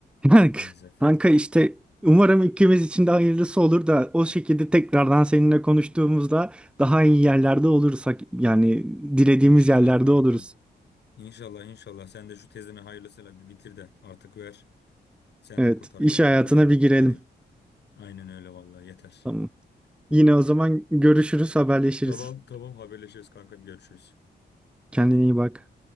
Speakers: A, in the centre; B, on the left (about 70°).
A: Kanka
B: maalesef.
A: kanka işte umarım ikimiz için de hayırlısı olur da o şekilde tekrardan seninle konuştuğumuzda daha iyi yerlerde oluruz. Hak- Yani dilediğimiz
B: İnşallah
A: yerlerde
B: kankam.
A: oluruz.
B: İnşallah inşallah sen de şu tezini hayırlısıyla bir bitir de artık ver. Sen
A: Evet,
B: de kurtar
A: iş
B: kendini
A: hayatına
B: abi ben de
A: bir
B: kurtarayım.
A: girelim.
B: Aynen öyle vallahi yeter.
A: Tamam. Yine o zaman görüşürüz, haberleşiriz.
B: Tamam tamam haberleşiriz kankam görüşürüz.
A: Kendine iyi bak.